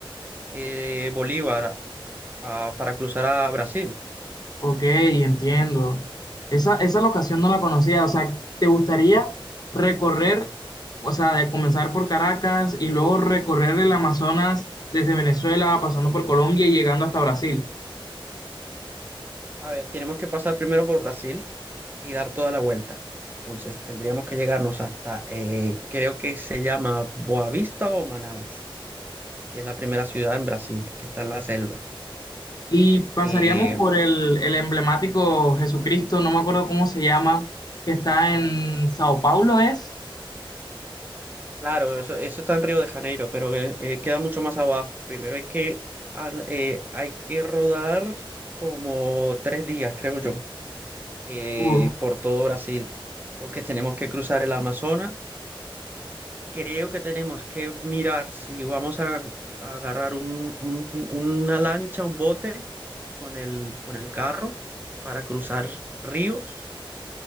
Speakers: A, on the right; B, on the left.
A: eh, Bolívar, a- para cruzar a Brasil.
B: Ok, entiendo. Esa, esa locación no la conocía. O sea, ¿te gustaría recorrer, o sea, de comenzar por Caracas y luego recorrer el Amazonas desde Venezuela, pasando por Colombia y llegando hasta Brasil?
A: A ver, tenemos que pasar primero por Brasil y dar toda la vuelta. Entonces tendríamos que llegarnos hasta, eh, creo que se llama Boavista o Manaus, que es la primera ciudad en Brasil, que está en la selva.
B: Y pasaríamos
A: Eh,
B: por el, el emblemático Jesucristo, no me acuerdo cómo se llama, que está en Sao Paulo, ¿es?
A: Claro, eso, eso está en Río de Janeiro, pero eh, eh, queda mucho más abajo. Primero hay que, an- eh, hay que rodar como tres días, creo yo, eh,
B: Uf,
A: por todo Brasil, porque tenemos que cruzar el Amazonas. Creo que tenemos que mirar si vamos a, a agarrar un- un- una lancha, un bote con el, con el carro para cruzar ríos